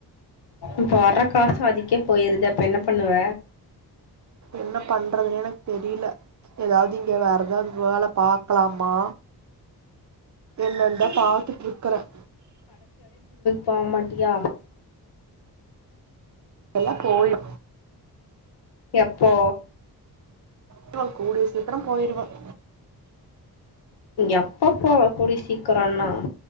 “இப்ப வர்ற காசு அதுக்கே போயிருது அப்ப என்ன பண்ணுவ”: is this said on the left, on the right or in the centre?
Left